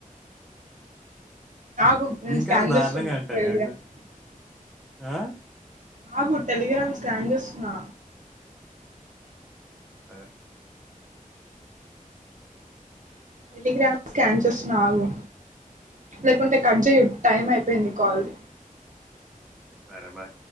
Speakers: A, on the right; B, in the centre.
A: ఆగు నేను
B: దీనికన్నా
A: స్కాన్
B: దారుణంగా
A: చేస్తున్నా <unintelligible>
B: అంట నేను ఆ
A: ఆగు టెలిగ్రామ్ స్కాన్ చేస్తున్నా
B: <unintelligible>
A: టెలిగ్రామ్ స్కాన్ చేస్తున్నా ఆగు లేకుంటే కట్ చేయు టైం అయిపోయింది కాల్
B: సరే బై